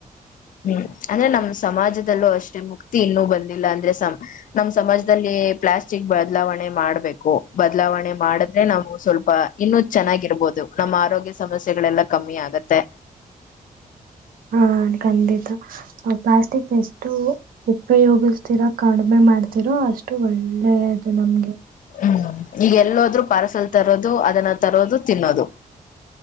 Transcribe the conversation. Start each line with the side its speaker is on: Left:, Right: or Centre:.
Left: ಹ್ಮ್ ಅಂದ್ರೆ ನಮ್ ಸಮಾಜದಲ್ಲೂ ಅಷ್ಟೇ ಮುಕ್ತಿ ಇನ್ನೂ ಬಂದಿಲ್ಲ ಅಂದ್ರೆ ಸಮ ನಮ್ ಸಮಾಜದಲ್ಲಿ ಪ್ಲಾಸ್ಟಿಕ್ ಬದಲಾವಣೆ ಮಾಡ್ಬೇಕು ಬದಲಾವಣೆ ಮಾಡಿದ್ರೆ ನಾವು ಸ್ವಲ್ಪ ಇನ್ನುೂ ಚೆನ್ನಾಗಿರ್ಬೋದು ನಮ್ಮ ಆರೋಗ್ಯ ಸಮಸ್ಯೆಗಳೆಲ್ಲ ಕಮ್ಮಿ ಆಗತ್ತೆ.
Right: ಹಾ ಖಂಡಿತ ಪ್ಲಾಸ್ಟಿಕ್ ಎಷ್ಟು ಉಪಯೋಗಿಸ್ತೀರೋ ಕಡಿಮೆ ಮಾಡ್ತೀರೋ ಅಷ್ಟು ಒಳ್ಳೆ. ಅದು ನಮ್ಗೆ.
Left: ಹ್ಮ್ ಈಗ ಎಲ್ಲೋದ್ರು ಪಾರ್ಸೆಲ್ ತರೋದು ಅದನ್ನ ತರೋದು ತಿನ್ನೋದು.